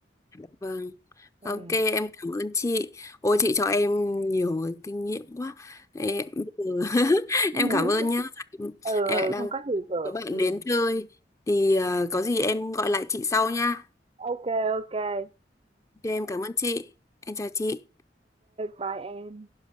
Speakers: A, on the left; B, on the right.
A: Dạ vâng.
B: Ừm.
A: Ok, em cảm ơn chị. Ôi chị cho em nhiều cái kinh nghiệm quá. Em, bây giờ <laughs>
B: <laughs>
A: em cảm ơn nhá. Em,
B: Ừ,
A: em
B: ừ,
A: lại đang
B: không có gì Phượng.
A: có bạn
B: Ừm.
A: đến chơi thì ờ, có gì em gọi lại chị sau nha.
B: ok ok ô kê.
A: Ok, em cảm ơn chị. Em chào chị.
B: bye em.